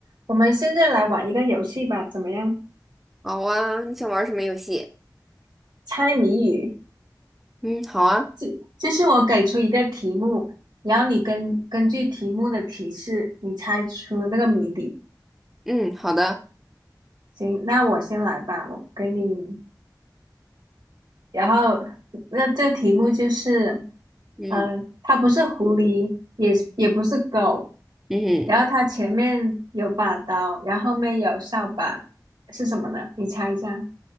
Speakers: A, on the right (about 80°); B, in the centre.
A: 我们现在来玩一个游戏吧，怎么样？
B: 好啊，你想玩什么游戏？
A: 猜谜语，
B: 嗯，好啊，
A: 就就是我给出一个题目，然后你根根据题目的提示，你猜出那个谜底。
B: 嗯，好的，
A: 行，那我先来吧，我给你。然后，那这个题目就是，
B: 嗯
A: 嗯，呃它不是狐狸，也也不是狗，
B: 嗯，
A: 然后它前面有把刀，然后后面有扫把，是什么呢？你猜一下，